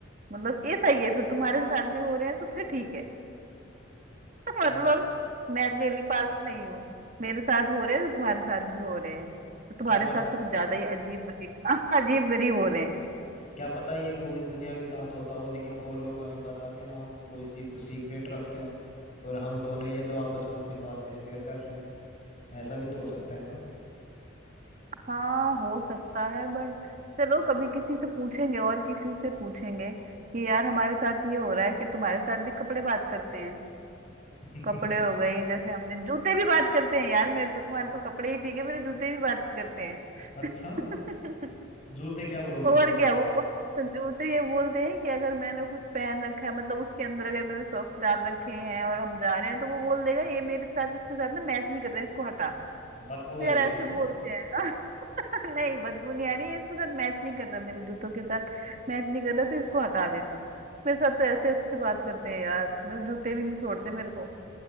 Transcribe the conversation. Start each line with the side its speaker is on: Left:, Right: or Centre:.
Right: मतलब ये सही है फिर तुम्हारे साथ भी हो रहे हैं तो फिर ठीक है <laughs> मतलब
Left: क्या
Right: मैं अकेली पागल नहीं हूँ मेरे साथ हो रहे हैं तो तुम्हारे साथ भी हो रहे हैं तो तुम्हारे
Left: क्या पता
Right: साथ तो कुछ ज्यादा ही अजीब गरीब <laughs> अजीब गरीब हो रहे हैं
Left: क्या पता ये पूरी दुनिया के साथ होता हो लेकिन और लोग हमें बताते ना हो वो इस चीज को सीक्रेट रखते हो और हम दोनों ही है जो आपस में अपनी बातें शेयर कर रहे हैं ऐसा भी तो हो सकता है ना
Right: हाँ हो सकता है बट चलो कभी किसी से पूछेंगे और किसी से पूछेंगे कि यार हमारे साथ ये हो रहा है कि तुम्हारे साथ भी कपड़े बात करते हैं
Left: <laughs>
Right: कपड़े हो गई जैसे हमने जूते भी बात करते हैं यार मेरे तो तुम्हारे तो कपड़े ही ठीक है मेरे जूते भी बात करते
Left: अच्छा
Right: हैं <laughs>
Left: जूते क्या बोलते
Right: और
Left: हैं आपसे
Right: क्या वो, वो तो जूते ये बोलते हैं कि अगर मैंने कुछ पहन रखा है मतलब उसके अंदर अगर मैंने सॉक्स डाल रखे हैं और हम जा रहे हैं तो वो बोल देगा ये मेरे साथ इसके साथ ना मैच नहीं कर रहा इसको हटा
Left: बदबू
Right: तो
Left: आ
Right: यार
Left: रही
Right: ऐसे
Left: इसमें
Right: बोलते
Left: है?
Right: हैं ना <laughs> नहीं बदबू नहीं आ रही है इसके साथ मैच नहीं कर रहा मेरे जूतों के साथ मैच नहीं कर रहा तो इसको हटा दे तू मेरे साथ तो ऐसे ऐसे बात करते हैं यार मेरे जूते भी नहीं छोड़ते मेरे को